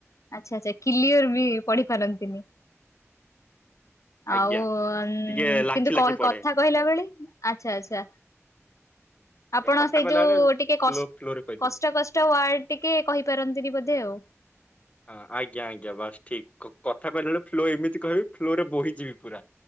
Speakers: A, on the left; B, on the left.
A: ଆଚ୍ଛା ଆଛା କିଲିୟର ବି ପଢି ପାରନ୍ତିନି। ଆଉ
B: ଆଜ୍ଞା ଟିକେ ଲାଖି
A: କିନ୍ତୁ
B: ଲାଖି
A: କଥା
B: ପଢେ।
A: କହିଲା ବେଳେ ଆଛା ଆଛା।
B: ଆଜ୍ଞା,
A: ଆପଣ
B: କଥା
A: ସେଇ
B: କହିଲା
A: ଯୋଉ
B: ବେଳେ
A: ଟିକେ କଷ୍ଟ
B: ଫ୍ଲୋ ଫ୍ଲୋରେ କହିଦେବି।
A: କଷ୍ଟ କଷ୍ଟ ୱାର୍ଡ ଟିକେ କହିପାରନ୍ତିନି ବୋଧେ ଆଉ।
B: ହଁ ଆଜ୍ଞା ଆଜ୍ଞା ବାସ୍ ଠିକ କଥା କହିଲା ବେଳେ ଫ୍ଲୋ ଏମିତି କହିବି ଫ୍ଲୋ ରେ ବୋହିଯିବି ପୁରା।